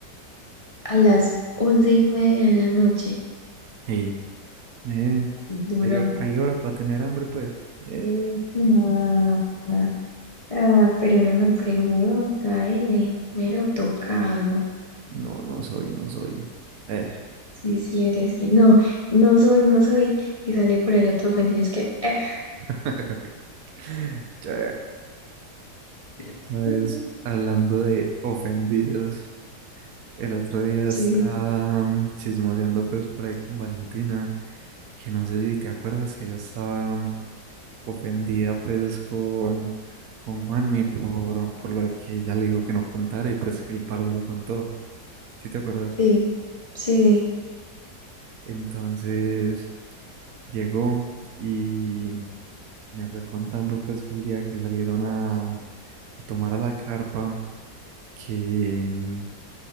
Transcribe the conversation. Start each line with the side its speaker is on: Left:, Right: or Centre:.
Left: A las once y media de la noche.
Right: Hey, eh,
Left: Duro.
Right: ¿hay, hay hora para tener hambre, pues? Eh,
Left: Ah, ah, pero era una pregunta, eh. Mero tocado.
Right: no, no soy, no soy. Eh.
Left: Sí, sí eres. sí. No, no soy, no soy. Y sale por allá todo ofendido. Es que, eh.
Right: <laughs> Che.
Left: <laughs>
Right: ¿Sabes? Hablando de ofendidos. El otro día
Left: Sí,
Right: estaba
Left: sí,
Right: mm, chismoseando pues por ahí con Valentina, que no sé si te acuerdas que ella estaba mm, ofendida pues con, con Juanmi por, por lo de que ella le dijo que no contara y pues que el parce lo contó, ¿sí te acuerdas?
Left: sí, sí. sí.
Right: Entonces llegó y me fue contando pues que el día que salieron a, mm, a tomar a la carpa, que, mm,